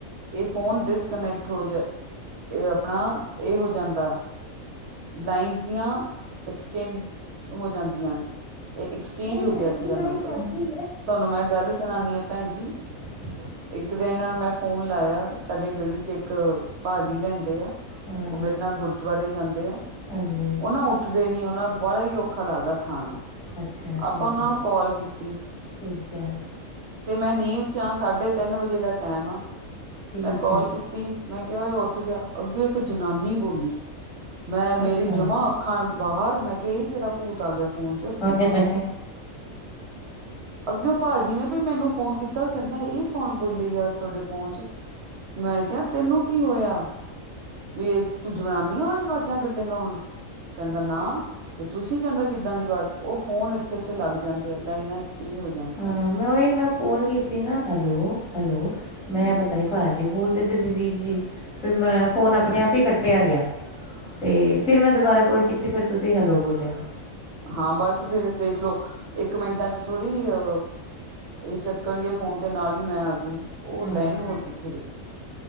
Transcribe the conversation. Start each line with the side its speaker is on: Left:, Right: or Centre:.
Right: ਇਹ ਫੋਨ ਡਿਸਕਨੈਕਟ ਹੋ ਆਪਣਾ ਇਹ ਹੋ ਜਾਂਦਾ ਲਾਈਨਜ਼ ਦੀਆਂ ਐਕਸਚੇਂਜ ਹੋ ਜਾਂਦੀਆਂ ਨੇ ਇਹ ਐਕਸਚੇਂਜ
Centre: ਲਾਈਟ
Right: ਹੋ
Centre: ਆ
Right: ਗਿਆ
Centre: ਗਈ
Right: ਸੀਗਾ
Centre: ਲਾਈਟ
Right: ਨੰਬਰ,
Centre: ਆ ਗਈ
Right: ਤੁਹਾਨੂੰ ਮੈਂ ਗੱਲ ਸੁਣਾਂਦੀ ਹਾਂ ਭੈਣ ਜੀ
Centre: ਹ <inaudible>
Right: ਇੱਕ ਦਿਨ ਮੈਂ ਫੋਨ ਲਾਇਆ, ਸਾਡੇ ਗਲੀ ਚ ਇੱਕ ਭਾਜੀ ਰਹਿੰਦੇ ਆ
Centre: ਹਾਂ
Right: ਉਹ ਮੇਰੇ ਨਾਲ ਗੁਰਦੁਆਰੇ ਜਾਂਦੇ ਆ,
Centre: ਹਾਂਜੀ
Right: ਉਹ ਨਾ ਉੱਠ ਉੱਠਦੇ ਨੀ, ਉਹਨਾਂ ਨੂੰ ਬੜਾ ਹੀ ਔਖਾ ਲੱਗਦਾ ਉਠਾਣਾ
Centre: ਅੱਛਾ
Right: ਆਪਾਂ
Centre: ਠੀਕ
Right: ਉਹਨਾਂ
Centre: ਹੈ
Right: ਨੂੰ ਕਾਲ ਕੀਤੀ
Centre: ਠੀਕ ਹੈ।
Right: ਤੇ ਮੈਂ ਨੀਦ ਚ ਆ, ਸਾਢੇ ਤਿੰਨ ਵਜੇ ਦਾ ਟਾਈਮ ਆ
Centre: ਠੀਕ
Right: ਮੈਂ ਕਾਲ
Centre: ਹੈ
Right: ਕੀਤੀ। ਕੀਤੀ, ਮੈਂ ਕਿਹਾ ਔ ਏ ਉੱਠ ਜਾ, ਅੱਗੇ ਇੱਕ ਜਨਾਨੀ ਬੋਲੀ ਮੈਂ ਮੇਰੀ
Centre: ਅੱਛਾ
Right: ਜਮਾ ਅੱਖਾਂ ਬਾਹਰ, ਮੈਂ ਕਿਹਾ ਕਿਹੜਾ ਭੂਤ ਆ ਗਿਆ ਫੋਨ ਚ
Centre: ਹੂ ਹੂ
Right: ਅੱਗੇ ਭਾਜੀ ਨੇ ਵੀ ਮੈਨੂੰ ਫੋਨ ਕੀਤਾ ਕਹਿੰਦਾ ਇਹ ਕੌਣ ਬੋਲੀ ਜਾ ਤੁਹਾਡੇ ਫੋਨ ਚ। ਮੈਂ ਕਿਹਾ ਤੈਨੂੰ ਕੀ ਹੋਇਆ। ਵੀ ਇਹ ਤੂੰ ਜਨਾਨੀਆਂ ਵਾਲੀ ਬਾਜ਼ਾਂ ਕੱਢੇਗਾ ਹੁਣ ਕਹਿੰਦਾ ਨਾ। ਤੇ ਤੁਸੀਂ ਕਹਿੰਦਾ ਕਿੱਦਾਂ ਦੀ ਆਵਾਜ਼ ਉਹ ਫੋਨ ਇੱਥੇ ਉਥੇ ਲੱਗ ਜਾਂਦੇ ਆ ਲਾਈਨਾਂ ਐਕਸਚੇਂਜ ਹੋ ਜਾਂਦੀਆਂ
Centre: ਹਾਂ ਮੈਂ ਉਹੀ ਮੈਂ ਕੋਲ ਕੀਤੀ ਨਾ ਹੈਲੋ, ਹੈਲੋ
Right: ਨੇ
Centre: ਮੈਂ ਪਤਾ ਨਹੀਂ ਭਾ ਜੀ ਬੋਲਦੇ ਵੀਰ ਜੀ ਫਿਰ ਮੈਂ ਫੋਨ ਆਪਣੇ ਆਪ ਹੀ ਕੱਟ ਕੁੱਟਿਆ ਗਿਆ ਤੇ ਫਿਰ ਮੈਂ ਦੁਬਾਰਾ ਕੋਲ ਕੀਤੀ ਫਿਰ ਤੁਸੀਂ ਹੈਲੋ ਬੋਲਿਆ।
Right: ਹਾਂ ਬਸ ਫਿਰ ਦੇਖਲੋ ਇੱਕ ਮਿੰਟਾਂ ਚ ਅਜ ਥੋੜ੍ਹੀ ਅ ਇਹ ਚੱਕਣਗੇ ਫੋਨ ਤੇ ਨਾਲ ਹੀ ਮੈਂ ਆ ਜੂ ਉਹ
Centre: ਹਾਂ
Right: ਲਾਈਨ ਹੋਰ ਕਿੱਥੇ ਲੱਗੀ।